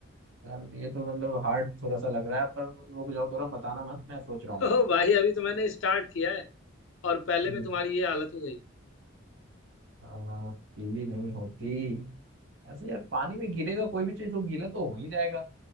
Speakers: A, on the right (about 70°); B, on the left (about 70°).
A: यार ये तो मतलब हार्ड थोड़ा सा लग रहा है पर रुक जाओ थोड़ा बताना मत मैं सोच रहा हूँ
B: ओ भाई अभी तो मैंने स्टार्ट किया है और पहले
A: हम्म,
B: में तुम्हारी ये हालत हो गई
A: आ, गीली नहीं होती ऐसे यार पानी में गिरेगा कोई भी चीज तो गीला तो हो ही जाएगा